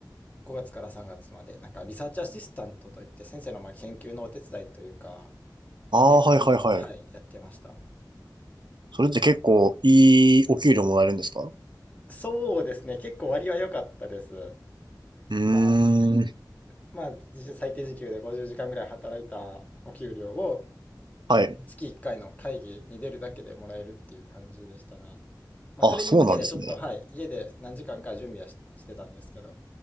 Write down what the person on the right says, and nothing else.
ああ、
はいはいはい。
それって結構いいお給料もらえるんですかう
ーん。
はい。
あ、そうなんですね。